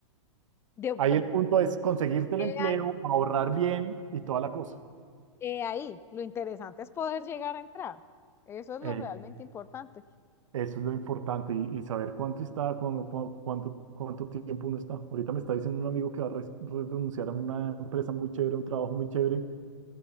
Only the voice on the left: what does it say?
De,
he
ahí,
he ahí, lo interesante es poder llegar a entrar. Eso es lo
realmente importante.